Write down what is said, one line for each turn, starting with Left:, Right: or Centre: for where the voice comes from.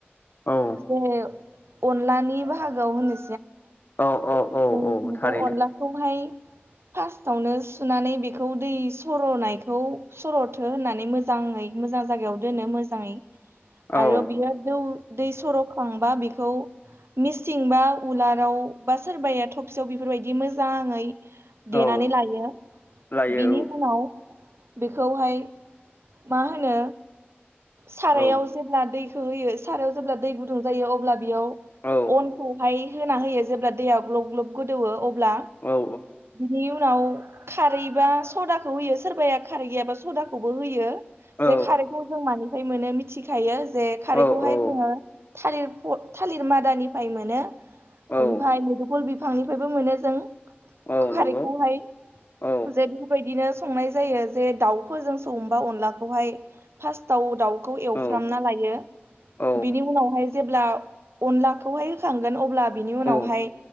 Left: औ
Right: जे अनलानि बाहागोआव होननो
Left: औ औ औ
Right: जोंथिंजाय
Left: औ थारैनो
Right: अनलाखौहाय फार्स्टावनो सुनानै बेखौ दै सर'नायखौ सर'थो होननानै मोजाङै मोजां जायगायाव दोनो मोजाङै
Left: औ
Right: आरो बियो दौ दै सर'खांबा बेखौ मिसिं बा उलाराव बा सोरबाया थफसियाव बेफोरबायदि मोजाङै देनानै
Left: औ
Right: लायो।
Left: लायो
Right: बिनि उनाव बेखौहाय मा होनो सारायाव
Left: औ
Right: जेब्ला दै खो होयो सारायाव जेब्ला दै गुदुं जायो अब्ला बेयाव
Left: औ
Right: अनखौहाय होना होयो जेब्ला दैया ग्लब ग्लब गोदौवो अब्ला
Left: औ
Right: बिनि उनाव खारै बा सदाखौ होयो सोरबाया खारै गैयाबा सदाखौबो होयो।
Left: औ
Right: जे खारैखौ जों मानिफ्राय मोनो मिथिखायो जे खारैखौहाय
Left: औ औ
Right: जोङो थालिर थालिर मादानिफ्राय मोनो
Left: औ
Right: ओमफाय मुदुफुल बिफांनिफ्रायबो मोनो जों
Left: औ
Right: खारैखौहाय
Left: नंगौ औ
Right: जे बेफोरबायदिनो संनाय जायो जे दाउफोरजों संबा अनलाखौहाय फास्टाव दाउ खौ एवफ्रामना
Left: औ
Right: लायो।
Left: औ
Right: बिनि उनावहाय जेब्ला अनलाखौहाय होखांगोन अब्ला बिनि उनावहाय
Left: औ